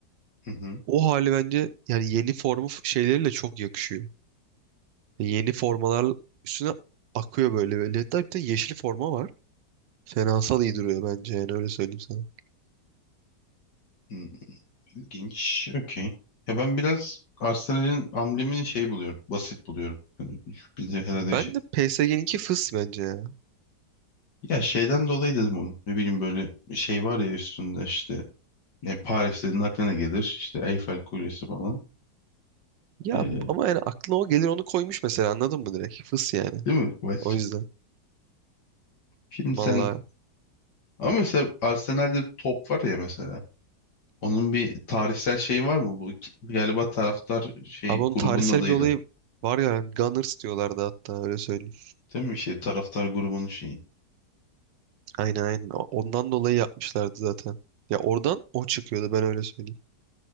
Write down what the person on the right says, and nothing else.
O hali bence yani yeni formu f- şeyleriyle çok yakışıyor. E, Yeni formalar üstüne akıyor böyle böyle. Hatta bir tane yeşil forma var. Fenasal iyi duruyor bence yani öyle söyleyeyim sana.
Ben
de PSG'ninki fıs bence ya.
Ya
ama
yani aklına o gelir onu koymuş mesela anladın mı direkt? Fıs yani.
O yüzden.
Vallahi.
Abi onun
tarihsel
bir olayı var ya yani Gunners diyorlardı hatta öyle söyleyeyim.
Aynen aynen. O- Ondan dolayı yapmışlardı zaten. Ya oradan o çıkıyordu ben öyle söyleyeyim.